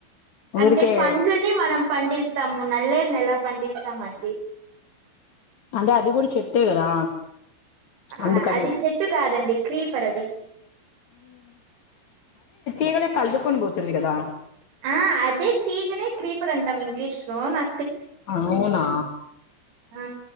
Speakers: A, on the right; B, on the left.
A: అంటే
B: ఊరికే
A: పండ్లని మనం పండిస్తాము నల్లేరు ఎలా పండిస్తామండి
B: అంటె అది కూడా చెట్టే కదా అందుకనేసి
A: ఆ అది చెట్టు కాదండి క్రీపర్ అది
B: ఈగల కట్టుకొని పోతుంది కదా
A: ఆ అదే తీగనే క్రీపరంటామ్ ఇంగ్లీష్ లో నా
B: అవునా
A: ఆ